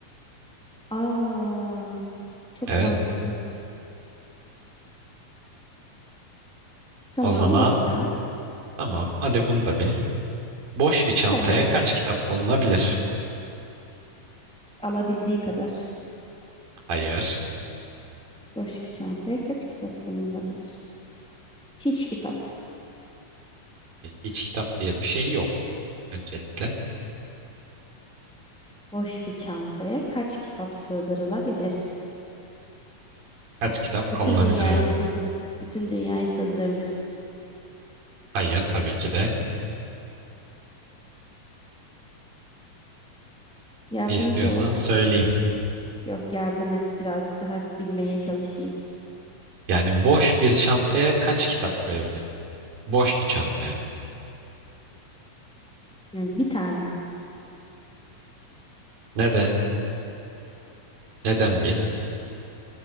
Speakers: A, in the centre; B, on the right (about 85°).
A: Aa, çok
B: Evet.
A: mantıklı. Tamam
B: O zaman
A: başka?
B: tamam. Hadi bunu da bil. Boş bir çantaya
A: Tamam.
B: kaç kitap konulabilir?
A: Alabildiği kadar.
B: Hayır.
A: Boş bir çantaya kaç kitaptan alabilir? Hiç kitap.
B: E, Hiç kitap diye bir şey yok öncelikle.
A: Boş bir çantaya kaç kitap sığdırılabilir?
B: Kaç kitap
A: Bütün
B: konulabilir?
A: dünyayı
B: Evet.
A: sığdır. Bütün dünyayı sığdırabilirsin.
B: Hayır tabii ki de.
A: Yardımcı
B: İstiyorsan
A: ol.
B: söyleyeyim.
A: Yok yardım et. Birazcık daha bilmeye çalışayım.
B: Yani boş bir çantaya kaç kitap koyabilirsin? Boş bir çantaya.
A: Yani bir tane.
B: Neden? Neden bir?